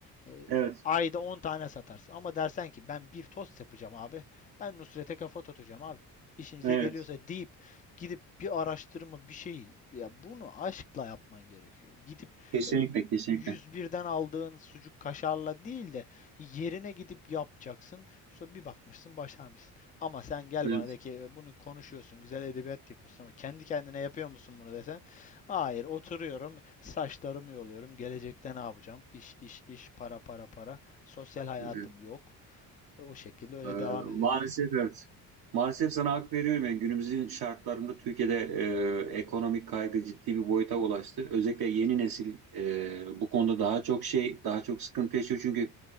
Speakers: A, on the left (about 20°); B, on the right (about 50°).
A: e,
B: Evet.
A: ayda 10 tane satarsın. Ama dersen ki ben bir tost yapacağım abi. Ben Nusret'e kafa tutacağım abi. İşinize
B: Evet.
A: geliyorsa deyip gidip bir araştırma bir şey ya bunu aşkla yapman gerekiyor. Gidip
B: Kesinlikle.
A: e,
B: Kesinlikle.
A: yüz birden aldığın sucuk kaşarla değil de yerine gidip yapacaksın. Sonra bir bakmışsın başarmışsın. Ama sen gel
B: Evet.
A: bana de ki "E, bunu konuşuyorsun, güzel edebiyat yapıyorsun ama kendi kendine yapıyor musun bunu desen? Hayır, oturuyorum, saçlarımı yoluyorum, gelecekte ne yapacağım? iş iş, iş, para, para, para. Sosyal hayatım
B: evet.
A: yok. E, O şekilde öyle
B: E,
A: devam
B: maalesef
A: ediyor. yani.
B: evet. Maalesef sana hak veriyorum. Yani günümüzün şartlarında Türkiye'de e, ekonomik kaygı ciddi bir boyuta ulaştı. Özellikle yeni nesil e, bu konuda daha çok şey, daha çok sıkıntı yaşıyor. Çünkü